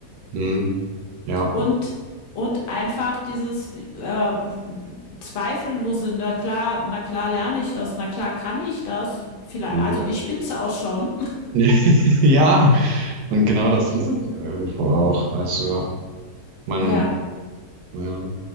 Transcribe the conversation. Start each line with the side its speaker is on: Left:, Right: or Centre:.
Right: Mhm. Ja.
Left: und, und einfach dieses äh, Zweifellose, na klar, na klar lerne ich das, na klar kann ich das. Vielleicht,
Right: Mhm.
Left: also ich bin's auch schon. <laughs>
Right: <laughs> Ja. Und genau das ist es ja irgendwo auch. Also man,
Left: Ja,
Right: ja.